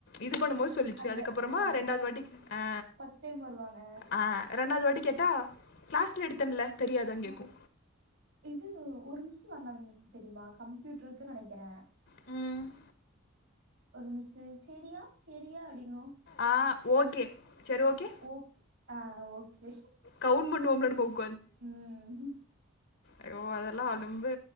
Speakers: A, on the left; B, on the right.
A: இது பண்ணும் போது சொல்லுச்சு
B: அந்த
A: அதுக்கப்பறமா
B: ஓ அந்த
A: ரெண்டாது வாட்டி அ
B: ஃபர்ஸ்ட் டைம் வருவாங்க
A: அ ரெண்டாது வாட்டி கேட்டா கிளாஸ்ல எடுத்தன்ல தெரியாதான் கேக்கு
B: அஹ், இது ஒரு மிஸ்ஸு வந்தாங்க தெரியுமா கம்ப்யூட்ருக்கு நெனைக்கிறே
A: ம்
B: ஒரு மிஸ்ஸு சேரியா சேரியா அப்டிங்கு
A: ஆ ஓகே செரி ஓகே
B: ஓக் ஆ ஓகே
A: கவுன்ட் பண்ணுவோம்ல நம்ம உப்
B: ம்
A: ஐயோ அதெல்லா அலும்பு